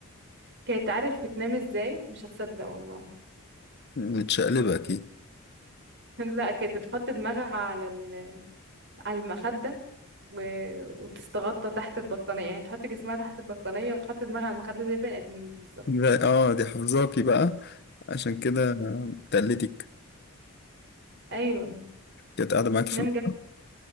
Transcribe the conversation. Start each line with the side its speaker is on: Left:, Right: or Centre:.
Right: كانت عارف بتنام ازاي مش هتصدق والله
Left: متشقلبه اكيد
Right: <laughs> لا كانت بتحط دماغها على ال- على المخدة و... وتستغطى تحت البطانية يعني تحط جسمها تحت البطانية وتحط دماغها على المخدة زي البني آدمين بالظبط
Left: لا، اه دي حافظاكي بقى عشان كده تقلدك
Right: أيوة
Left: كانت قاعده معاكي
Right: تنام
Left: في الأوضة.
Right: جنب